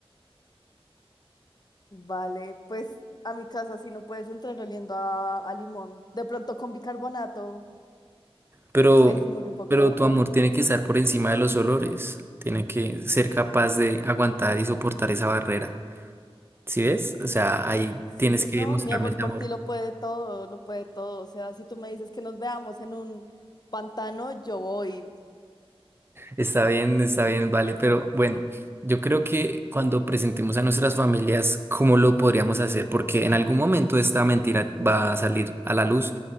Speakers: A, on the left; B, on the right.
A: Vale, pues a mi casa sí no puedes entrar oliendo a, a limón. De pronto con bicarbonato
B: Pero,
A: se disimula un poco
B: pero
A: mejor.
B: tu amor tiene que estar por encima de los olores. Tiene que ser capaz de aguantar y soportar esa barrera. ¿Sí ves? O sea, ahí
A: Sí,
B: tienes que
A: no,
B: demostrarme
A: mi amor
B: ese
A: por
B: amor.
A: ti lo puede todo, lo puede todo. O sea, si tú me dices que nos veamos en un pantano, yo voy.
B: Está bien, está bien, vale, pero bueno, yo creo que cuando presentemos a nuestras familias, ¿cómo lo podríamos hacer? Porque en algún momento esta mentira va a salir a la luz,